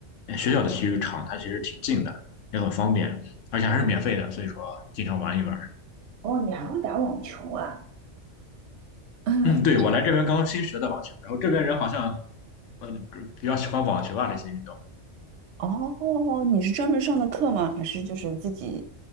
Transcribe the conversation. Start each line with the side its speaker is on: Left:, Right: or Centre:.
Left: 呃学校的体育场它其实挺近的，也很方便，而且还是免费的，所以说经常玩一玩。
Right: 哦，你还会打网球啊？<laughs>
Left: 嗯，对，我来这边刚新学的网球，然后这边人好像嗯呃比较喜欢网球啊这些运动。
Right: 哦，你是专门上的课吗？还是就是自己